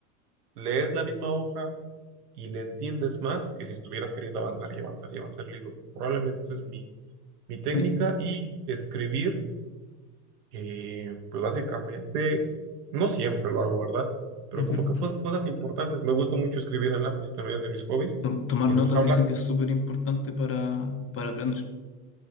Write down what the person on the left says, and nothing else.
Oye,
ujú.
Tom- Tomar
notas
dicen
que es súper importante para, para aprender.